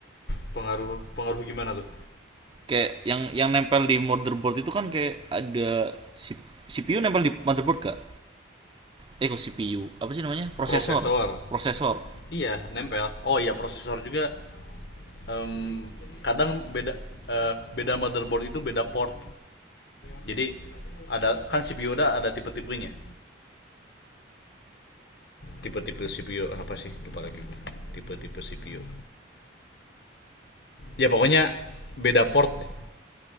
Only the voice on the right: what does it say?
Kayak yang yang nempel di motherboard itu kan kayak ada C- CPU nempel di motherboard gak? Eh kok CPU? Apa sih namanya? Prosesor.
Prosesor.